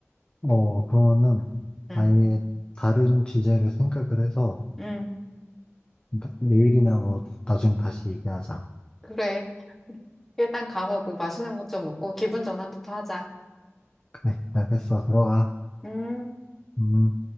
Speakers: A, on the left; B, in the centre.
A: 어, 그러면은
B: 응.
A: 아예 다른 주제를 생각을 해서
B: 응,
A: 나- 내일이나 뭐 나중에 다시 얘기하자.
B: 그래. 일단 가서 뭐 맛있는 것 좀 먹고 기분 전환부터 하자.
A: 그래, 알겠어. 들어가.
B: 음.
A: 음.